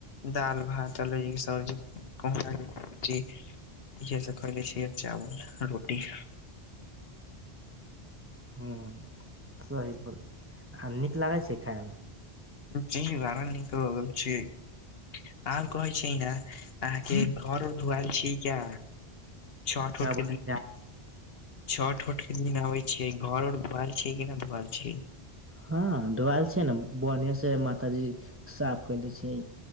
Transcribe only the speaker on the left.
दाल भात आ लोई के सबजी <unintelligible> इहे सब कले छिय चावल रोटी <inaudible>
<unintelligible> नीक लगल छीयै अहा कहै छै ने <unintelligible> अहाँके घरो धुआल छीयै क्या छठ
<inaudible>
छठ <unintelligible> छीयै घरो धुआल छै की ना धुआल छै